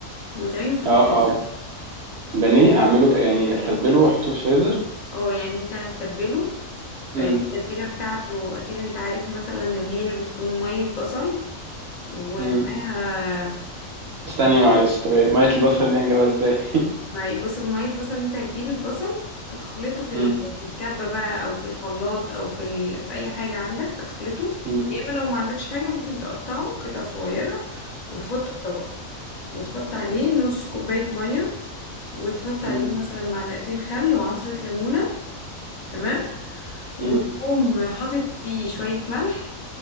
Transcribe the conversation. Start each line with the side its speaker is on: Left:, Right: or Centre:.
Left: وتعينه في الفريزر
Right: اه اه بانيه اعمله يعني اتبله واحطه في الفريزر
Left: اه يعني انت هتتبله
Right: امم
Left: آه، في التتبيلة بتاعته اكيد انت عارف مثلا اللي هي بتكون مية بصل ومعاها
Right: امم استني
Left: بانيه.
Right: معلش طب إيه؟ ميه البصل دي هنجيبها ازاي <laughs>
Left: ما بص بمية البصل انت هتجيب البصل هتخلطه في
Right: امم
Left: ال- في الكبة بقى او في الخلاط او في ال... في اي حاجة عندك هتخلطه
Right: امم
Left: يا اما لو ما عندكش حاجة ممكن تقطعه قطع صغيرة وتحطه في طبق وتحط عليه نص كوباية مية وتحط عليه
Right: امم
Left: مثلا معلقتين خل وعصرة ليمونة تمام وتقوم
Right: امم
Left: حاطط فيه شوية ملح